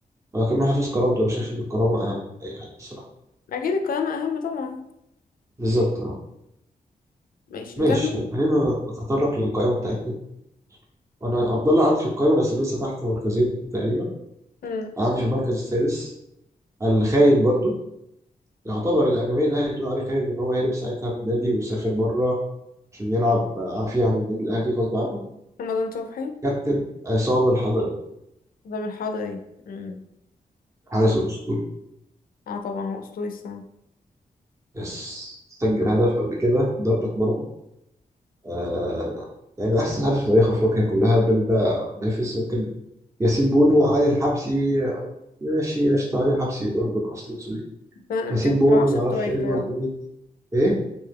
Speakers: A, on the right (about 20°); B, on the left (about 70°).
A: ولكنه حافظ كرامته انا شايف ان الكرامه اهم من اي حاجه الصراحه
B: أكيد الكرامة أهم طبعا
A: بالظبط اه
B: ماشي
A: ماشي
B: نكمل
A: طيب خلينا نتطرق للقائمه بتاعتنا وانا عبد الله عندي في القائمه بس لسه تحت مركزين تقريبا
B: مم.
A: عندي في المركز السادس الخاين برضو يعتبر الجماهير الاهلي بتقول عليه خالد ان هو هرب ساعتها من النادي وسافر بره عشان يلعب عافيه عن النادي الاهلي غصب عنه
B: رمضان صبحي
A: كابتن عصام الحضري
B: رمضان حضري مم.
A: الحارس الاسطوري
B: اه طبعا هو أسطوري الصراحة
A: يس سجل هدف قبل كده ضربة مرمى آه يعني من احسن حارس في تاريخ افريقيا كلها بلا منافس ممكن ياسين بونو وعلي الحبسي ماشي قشطة علي الحبسي أردن أصلا سوري
B: بس أنا ما
A: ياسين
B: كانش
A: بونو
B: في العشرة
A: معرفش
B: بتوعي الصراحة
A: إدوارد مني إيه